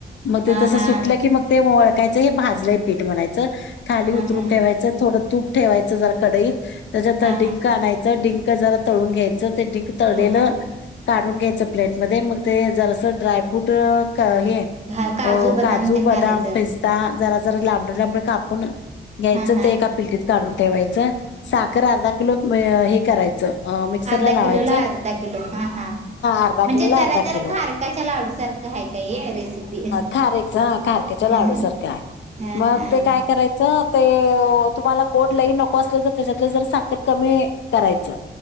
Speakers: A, on the left (about 85°); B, on the right (about 40°).
A: मग ते
B: हा
A: तस
B: हा
A: सुटलं की मग ते वळकायचं हे भाजलं पीठ म्हणायचं खाली
B: हा
A: उतरून
B: हा
A: ठेवायचं थोडं. तूप ठेवायचं जरा कडईत त्याच्यात
B: हा
A: डिंक
B: हा
A: आणायचं डिंक जरा तळून घ्यायचं. डिंक तळलं
B: हा हा
A: काढून घ्यायचं प्लेटमध्ये मग. ते जरास ड्रायफ्रूट हे.
B: हा
A: हो
B: बदाम
A: काजू
B: तेन
A: बदाम
B: घालायचं
A: पिस्ता जरा जरा लांबड लांबडे कापून. घ्यायचं
B: हा हा
A: ते एका पिलटीत काढून ठेवायचं साखर अर्धा किलो हे करायचं. मिक्सरला
B: अर्धा
A: लावायचं
B: किलो ला अर्धा किलो हा हा.
A: अर्धा
B: म्हणजे
A: किलोला
B: जरा
A: अर्धा
B: जरा
A: किलो
B: खारकाच्या लाडूसारखा आहे काय रेसिपी.
A: खारेकच हा खारखेच्या लाडू
B: ह
A: सारखं आहे
B: हा
A: मग
B: हा
A: ते काय करायचं. ते तुम्हाला गोड लई नको असलं तर त्याच्यातलं जर साखर कमी करायचं.